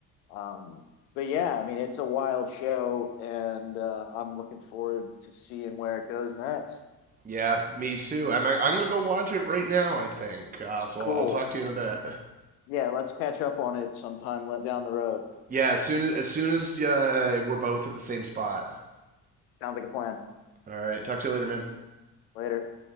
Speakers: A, on the left; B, on the right.
A: um, but yeah, I mean, it's a wild show, and uh, I'm looking forward to seeing where it goes next.
B: Yeah, me too. I'm I'm gonna go watch it right now. I think. Uh, so
A: Cool.
B: I'll, I'll talk to you in a bit.
A: Yeah, let's catch up on it sometime le- down the road.
B: Yeah, as soon as as soon as uh, we're both at the same spot.
A: Sounds like a plan.
B: All right. Talk to you later, man.
A: Later.